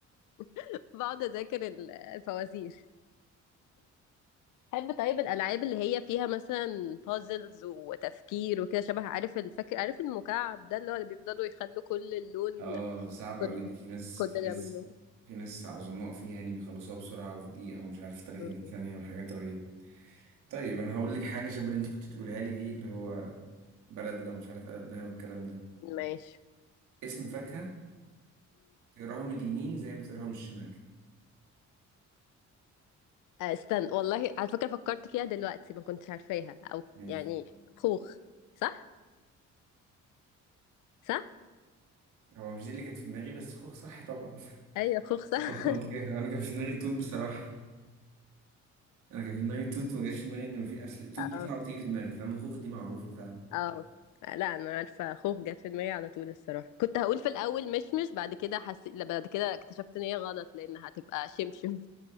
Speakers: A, on the left; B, on the right.
A: <laughs> بقعد اذاكر ال- الفوازير بحب طيب الالعاب اللي هي فيها مثلا بازلز وتفكير وكده شبه عارف الفاكر عارف المكعب ده اللي هو اللي بيفضلوا يخلوا كل اللون
B: اه صعبة
A: كل
B: قوي دي في ناس
A: كل
B: في ناس
A: جنب لون
B: في ناس عظماء فيها يعني بيخلصوها بسرعة وفي دقيقة ومش عارف 30
A: مم.
B: ثانية وحاجات رهيبة طيب أنا هقول لك حاجة شبه اللي أنت كنت تقولها لي دي اللي هو بلد لو مش عارف قلبناها والكلام ده
A: ماشي
B: اسم فاكهة تقراها من اليمين زي ما تقراها من الشمال
A: آه، استنى والله على فكرة فكرت فيها دلوقتي ما كنتش عارفاها او
B: ماشي
A: يعني خوخ صح صح
B: هو مش دي اللي كانت في دماغي بس خوخ صح طبعا <laughs>
A: ايوه خوخ صح
B: خوخ منطقي أنا كان في دماغي توت بصراحة أنا كان في دماغي توت وما جاش في دماغي إن ما في أصل
A: <laughs>
B: توت
A: اه
B: دي صعبة تيجي في دماغك فاهم خوخ دي معروفة فعلا
A: اه لا انا عارفة خوخ جت في دماغي على طول الصراحة كنت هقول في الاول مشمش بعد كده حسيت لا، بعد كده اكتشفت ان هي غلط لانها هتبقى شمشم